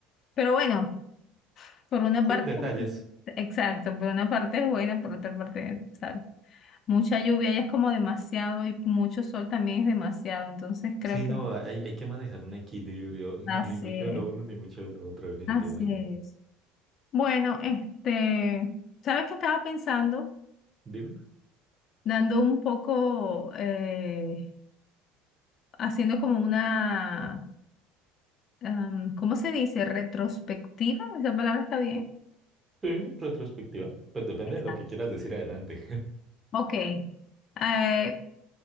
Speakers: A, on the left; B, on the right.
A: Pero bueno, por una parte,
B: Sí, detalles.
A: exacto, por una parte es buena, por otra parte, ¿sabes? Mucha lluvia y es como demasiado y mucho sol también es demasiado, entonces creo
B: Sí,
A: que
B: no, hay, hay que manejar un equilibrio. Ni,
A: así
B: ni mucho
A: es,
B: de lo uno, ni mucho de lo otro, definitivamente.
A: así es. Bueno, este, ¿sabes qué estaba pensando?
B: Dime.
A: Dando un poco, eh, haciendo como una, am, ¿cómo se dice? Retrospectiva, esa palabra está bien.
B: Sí, retrospectiva. Pues depende
A: Exacto.
B: de lo que quieras decir adelante.
A: Ok. Eh,